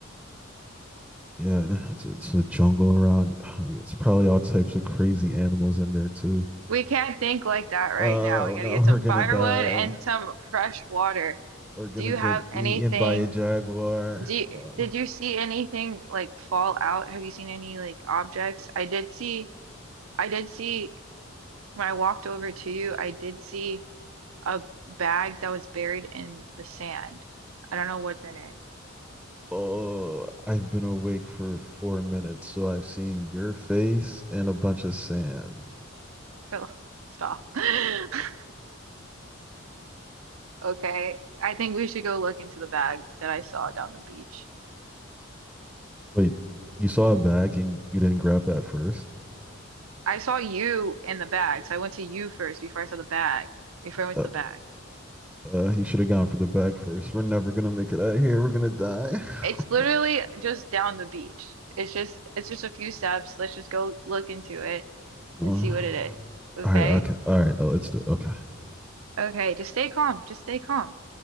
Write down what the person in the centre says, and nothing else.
yeah it's a, it's a jungle around it's probably all types of crazy animals in there too
oh
no
we're gonna
die
are gonna
get
eaten by a jaguar.
Uh,
oh, I've been awake for four minutes, so I've seen your face and a bunch of sand.
Wait, you saw a bag and you didn't grab that first?
Uh,
uh, he should have gone for the bag first. We're never gonna make it out of here. We're gonna die. <sighs>
<laughs>
Uh,
all
right, okay, all right. uh, Let's do. it. Okay.